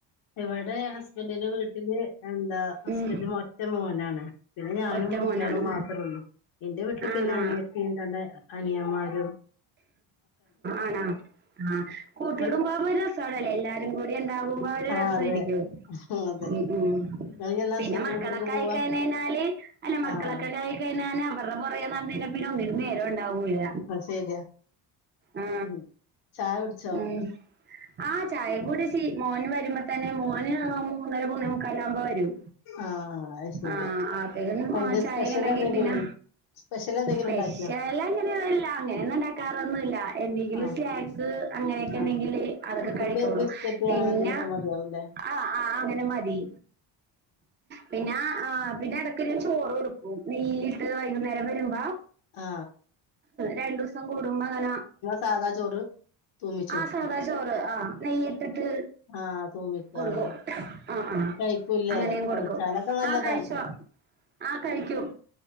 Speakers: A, on the left; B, on the right.
A: ഇവടെ ഹസ്ബൻഡിന്റെ വീട്ടില് എന്താ ഹസ്ബൻഡ്
B: ഉം
A: ഒറ്റ മോനാണ് പിന്നെ ഞാൻ
B: ഒറ്റ
A: നും കുട്ട്യാളും
B: മോനാണ്.
A: മാത്രേ ഉള്ളൂ എന്റെ വീട്ടില്
B: ആണാ
A: പിന്നെ അനിയത്തീം രണ്ട് അനിയമാരും
B: ആണ ആ കൂട്ട്
A: ഇങ്ങൾ
B: കുടുംബാവുമ്പോ ഒരു രസാണല്ലേ എല്ലാരും കൂടി എന്താ
A: ആഹ്
B: രസായിരിക്കോ
A: അതെ അതെ
B: ഉം ഉ
A: ഇങ്ങള് എന്നാ
B: പിന്നെ
A: ഹസ്ബൻഡിന്റെ
B: മക്കളൊക്കായി
A: വീട്ടിക്ക് പോവാ
B: കയ്ഞ്ഞ് കയ്ഞ്ഞാല് അല്ല മക്കളൊക്കായി
A: ആഹ്
B: കഴ് കഴിഞ്ഞാ അവരുടെ പൊറകെ നടന്ന് കഴിഞ്ഞ പിന്നൊന്നിനും നേരം ണ്ടാവൂല്ല
A: ശരിയാ
B: ആ
A: ഉം ചായ കുടിച്ചോ
B: ഉം ആ ചായ കുടിച്ചി മോന് വര്മ്പോ തന്നെ മോന് മൂന്നര മൂന്നേ മുക്കാലാവുമ്പോ വരും
A: ആഹ് അത് ശരി
B: ആ <unintelligible>
A: എന്ത്
B: ചായെം
A: സ്പെഷ്യൽ
B: ആണെങ്കിൽ
A: എന്തെങ്കിലും
B: പിന്നെ
A: ഉൺ സ്പെഷ്യൽ എന്തെങ്കിലും
B: സ്പെഷ്യൽ
A: ഉണ്ടാക്കിയോ?
B: അങ്ങനെയല്ല അങ്ങനൊന്നും ഇണ്ടാക്കാറൊന്നുല്ല എന്ത്യെ ന്
A: ആഹ്
B: സ്നാക്സ് അങ്ങനൊക്കെ ഇണ്ടെങ്കില്
A: ആഹ്
B: അതൊക്കെ
A: കുട്ടിക്ക്
B: കഴിക്കോള്ളൂ
A: ബിസ്ക്കറ്റ്
B: പിന്നെ
A: അങ്ങനെ എന്തെലൊക്കെ മതിയാവുംല്ലേ?
B: ആ ആ അങ്ങനെ മതി പിന്നെ ആ പിന്നെ എട ക്ക് ഞാൻ ചോറ് കൊടുക്കും നെയിലിട്ട് വൈകുന്നേരം വരുമ്പോ
A: ആ
B: രണ്ടൂസം കൂടുമ്പങ്ങന.
A: സാധാ ചോറ് തൂമിച്ച്
B: ആ
A: കൊടുക്ക്
B: സാദാ ചോറ് ആ നെയ്യിട്ടിട്ട്.
A: ആഹ് തൂമിക്ക
B: കൊടുക്കും
A: ആഹ്
B: ആ ആ
A: കഴിക്കൂല്ലേ
B: അങ്ങനേം കൊടുക്കും
A: കഴിച്ചാലൊക്കെ നല്ലതാണ്
B: ആ കഴിച്ചോളും. ആ കഴിക്കും,